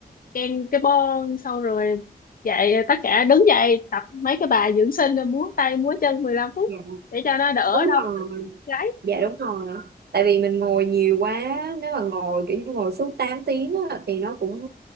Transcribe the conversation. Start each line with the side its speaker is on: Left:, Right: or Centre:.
Left: ken cái bon xong rồi dậy tất cả đứng dậy tập mấy cái bài dưỡng sinh rồi múa tay múa chân 15 phút
Right: Dạ.
Left: để cho nó đỡ
Right: đúng
Left: đau
Right: rồi
Left: gáy
Right: dạ đúng rồi tại vì mình ngồi nhiều quá nếu mà ngồi kiểu như ngồi suốt 8 tiếng á, thì nó cũng